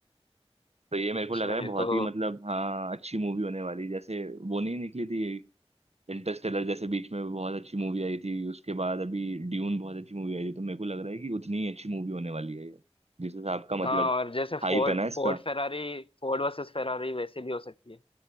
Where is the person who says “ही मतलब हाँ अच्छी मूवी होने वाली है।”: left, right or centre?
Right